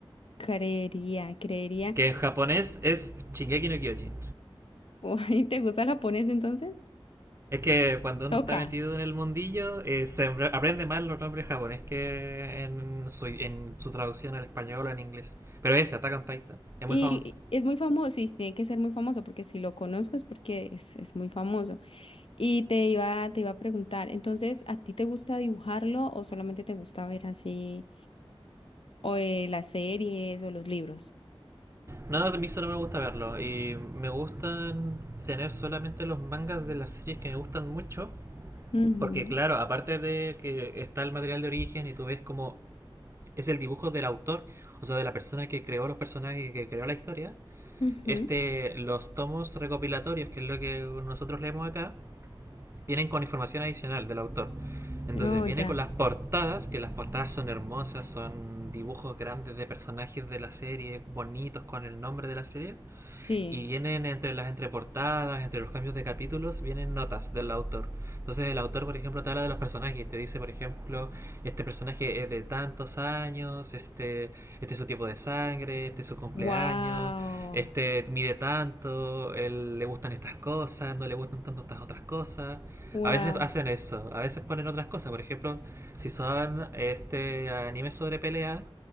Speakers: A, on the left (about 70°); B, on the right (about 30°).
A: Creería, creería.
B: que en japonés es Shingeki no Kyojin.
A: <laughs> Uy, ¿te gusta el japonés entonces?
B: Es que cuando uno
A: Toca.
B: está metido en el mundillo, eh, se aprende más los nombres japoneses que en su, en su traducción al español o en inglés. Pero ese, Attack on Titan, es muy
A: Y
B: famoso.
A: es muy famoso, y tiene que ser muy famoso, porque si lo conozco es porque es, es muy famoso. Y te iba, te iba a preguntar, entonces, ¿a ti te gusta dibujarlo o solamente te gusta ver así, o eh, las series o los libros?
B: No, a mí solo me gusta verlo. Y me gustan tener solamente los mangas de las series que me gustan mucho.
A: Ujú,
B: Porque claro, aparte de que está el material de origen y tú ves como es el dibujo del autor, o sea, de la persona que creó los personajes, que creó la historia,
A: ujú.
B: este, los tomos recopilatorios, que es lo que nosotros leemos acá, vienen con información adicional del autor. Entonces
A: Oh,
B: viene
A: ya.
B: con las portadas, que las portadas son hermosas, son dibujos grandes de personajes de la serie, bonitos con el nombre de la serie
A: Sí.
B: y vienen entre las entreportadas, entre los cambios de capítulos, vienen notas del autor. Entonces el autor, por ejemplo, te habla de los personajes te dice, por ejemplo, este personaje es de tantos años, este, este es su tipo de sangre, este es su cumpleaños,
A: Wow.
B: este mide tanto, él, le gustan estas cosas, no le gustan tanto estas otras cosas.
A: Wow.
B: A veces hacen eso, a veces ponen otras cosas, por ejemplo, si son este anime sobre pelea,